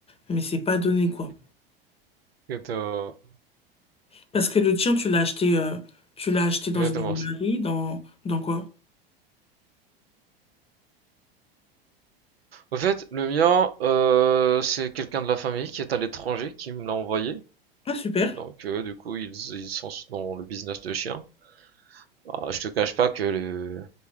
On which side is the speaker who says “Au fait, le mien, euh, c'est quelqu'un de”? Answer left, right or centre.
Right